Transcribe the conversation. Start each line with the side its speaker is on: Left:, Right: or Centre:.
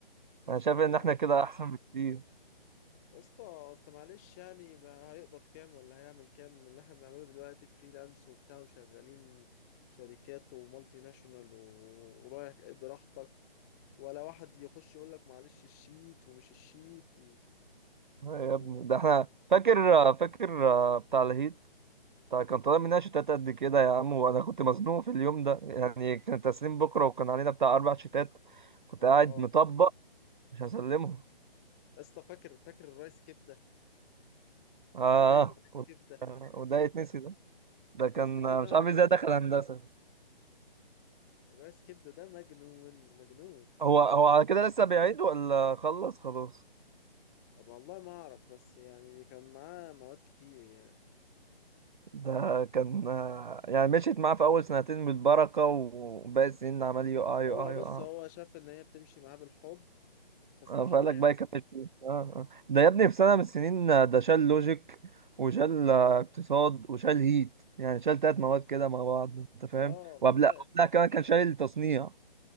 Right: انا
Left: انما
Right: شايف ان احنا كده احسن بكتير
Left: يا اسطى اصل معلش يعني ما هيقبض كام ولا هيعمل كام من اللي احنا بنعمله دلوقتي فريلانس وبتاع وشغالين شركات ومالتي ناشونال و- ورايح جاي براحتك ولا واحد يخش يقول لك معلش الشيت ومش الشيت و...
Right: يا
Left: و...
Right: ابني ده احنا فاكر فاكر بتاع الهيت بتاع كان طالع مننا شتات قد كده يا عم وانا كنت مزنوق في اليوم ده يعني كان تسليم بكره وكان علينا بتاع اربع شتات كنت
Left: اه
Right: قاعد مطبق
Left: آه.
Right: مش هسلمهم
Left: يا اسطى فاكر فاكر الرايس كبده
Right: اه
Left: وعمايل الرايس كبده
Right: وده يتنسي ده ده كان
Left: الرايس كبده ده
Right: مش
Left: مجنون
Right: عارف ازاي دخل هندسه
Left: الرايس كبده ده مجنون مجنون
Right: هو هو على كده لسه بيعيد ولا خلص خلاص
Left: طب والله ما اعرف بس يعني كان معاه مواد كتير يعني
Right: ده كان يعني مشيت معاه في اول سنتين بالبركه وباقي السنين عمال يقع يقع
Left: هو بص
Right: يقع
Left: هو شاف ان هي بتمشي معاه بالحب فاستحلاف
Right: اه فقالك بقى يكمل فلوس اه اه ده يا ابني في سنة من السنين آه، ده شال لوجيك وشال آه، اقتصاد وشال هيت يعني شال تلات مواد كده مع بعض انت فاهم
Left: اه
Right: وقبلها
Left: بدأت
Right: قبلها كمان كان شال التصنيع